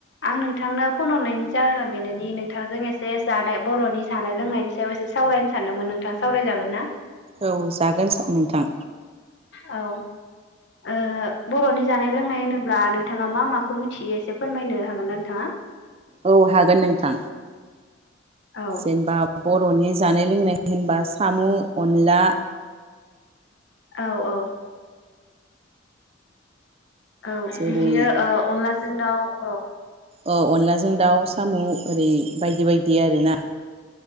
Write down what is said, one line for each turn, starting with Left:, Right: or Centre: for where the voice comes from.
Left: आं नोंथांनो फन हरनायनि जाहोनाव बेनोदि नोंथांजों एसे जानाय बर'नि जानाय लोंनायनि सायाव एसे सावरायनो सानदोंमोन नोंथां सावराय जागोन ना?
Right: औ जागोन नोंथां।
Left: औ ओ बर'नि जानाय लोंनाय होनोब्ला नोंथाङा मा माखौ मिथियो एसे फोरमायनो हागोन ना नोंथाङा?
Right: औ हागोन नोंथां।
Left: औ
Right: जेनेबा बर'नि जानाय लोंनाय होनबा साम' अनला
Left: औ औ औ
Right: जेरै
Left: बिदिनो ओ अनलाजों दाउ औ
Right: अ अनलाजों दाउ साम' ओरै बायदि बायदि आरो ना।